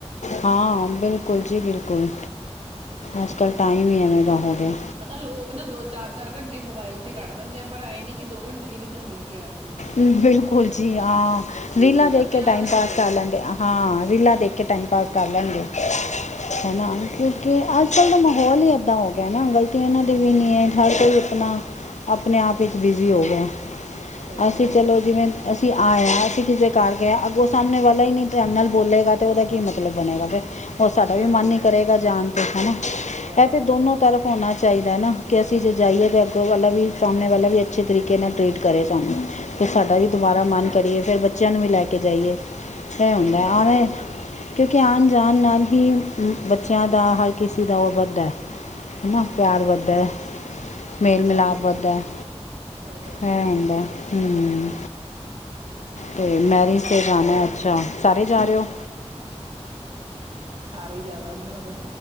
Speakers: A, on the left; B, on the right.
A: ਹਾਂ ਬਿਲਕੁਲ ਜੀ ਬਿਲਕੁਲ ਅੱਜ ਕੱਲ੍ਹ ਟਾਈਮ ਹੀ ਐਵੇੇ ਦਾ ਹੋ ਗਿਆ
B: ਪਤਾ ਲੋਕ ਨਾ ਦੋ ਚਾਰ ਚਾਰ ਘੰਟੇ ਮੋਬਾਇਲ ਤੇ ਕੱਢ ਦਿੰਦੇ ਆ ਪਰ ਆਏ ਨੇ ਕਿ ਦੋ ਘੰਟੇ ਲਈ ਕਿਸੇ ਨੂੰ ਮਿਲ ਕੇ ਆ ਜਾਈਏ ਨਹੀਂ
A: ਬਿਲਕੁਲ
B: ਉਹ ਨਹੀਂ
A: ਜੀ ਹਾਂ
B: ਸਹੀ
A: ਰੀਲਾਂ
B: ਗੱਲ
A: ਦੇਖ
B: ਆ ਪਿਆਰ
A: ਕੇ ਟਾਈਮ
B: ਹੀ ਨਹੀਂ
A: ਪਾਸ
B: ਰਹੇ
A: ਕਰ ਲੈਂਦੇ ਹਾਂ ਰੀਲਾਂ ਦੇਖ
B: ਹਮ
A: ਕੇ ਟਾਈਮ ਪਾਸ ਕਰ ਲੈਂਦੇ।
B: ਸਹੀ
A: ਹਨ
B: ਗੱਲ
A: ਕਿਉਕਿ
B: ਆ
A: ਅਜ ਕਲ ਦਾ ਮਾਹੌਲ ਹੀ ਏਦਾਂ ਹੋ ਗਿਆ ਨਾ ਗਲਤ ਇੰਨਾ ਦੀ ਵੀ
B: ਹਮ
A: ਨਹੀਂ ਹੈ ਹਰ ਕੋਈ ਆਪਣਾ। ਆਪਣੇ ਆਪ ਵਿੱਚ ਬਿਜ਼ੀ ਹੋ ਗਏ
B: ਸਹੀ
A: ਅਸੀਂ
B: ਗੱਲ
A: ਚਲੋ
B: ਆ
A: ਜਿਵੇਂ ਅਸੀ ਅਸੀਂ ਆਏ ਹਾਂ ਅਸੀਂ ਕਿਸੇ ਕਰਕੇ ਅ ਉਹ ਸਾਹਮਣੇ ਵਾਲਾ ਹੀ ਨਹੀਂ ਧਿਆਨ ਨਾਲ ਬੋਲੇਗਾ ਅਤੇ ਉਹਦਾ ਕੀ ਮਤਲਬ ਬਣੇਗਾ ਫਿਰ ਉਹ ਸਾਡਾ
B: ਸਹੀ
A: ਵੀ ਮਨ
B: ਗੱਲ
A: ਹੀ ਕਰੇਗਾ
B: ਆ
A: ਜਾਣ 'ਤੇ ਹੈ ਨਾ
B: ਜਾਣ
A: ਇਹ ਤਾਂ
B: ਦਾ
A: ਦੋਨੋਂ ਤਰਫ ਹੋਣਾ <inaudible> ਕੇ ਅਸੀਂ ਜਾਈਐ ਤਾਂ ਅੱਗੋ ਵਾਲਾ ਵੀ ਸਾਮਣੇ ਵਾਲਾ ਵੀ ਅਚੇਤਰਿਕੇ ਨਾਲ ਟ੍ਰੀਟ ਕਰੇ ਸਾਨੂੰ ਫਿਰ ਸਾਡਾ
B: ਹਮ
A: ਵੀ ਦੁਬਾਰਾ ਮਨ ਕਰੀਏ ਫਿਰ ਬੱਚ <unintelligible> <inaudible> ਨੂੰ ਵੀ ਲੈਕੇ ਜਾਈਏ ਸ
B: ਸਹੀ
A: ਹੁੰਦਾ
B: ਗੱਲ
A: ਆਵੈ
B: ਆ
A: ਕਿਉਂਕਿ ਆਉਣ ਜਾਣ ਨਾਲ ਹੀ ਬੱਚਿਆਂ ਦਾ ਹਰ ਕਿਸੇ ਦਾ ਉਹ ਵੱਧ ਹੈ। ਹੈ ਨਾ
B: ਹਮ
A: ਪਿਆਰ ਵਧਦਾ ਹੈ ਮੇਲ ਮਿਲਾਪ ਵਧਦਾ ਹੈ।
B: ਸਹੀ ਗੱਲ
A: <unintelligible>
B: ਆ
A: ਹੂੰਦਾ ਹੈ ਹਮ ਤੇ ਮੈਰਜ਼ ਤੇ ਜਾਣਾ ਅੱਛਾ ਸਾਰੇ ਜਾ ਰਹੇ ਹੋ।
B: ਸਾਰੇ ਜਾਵਾਂਗੇ ਹੁਣ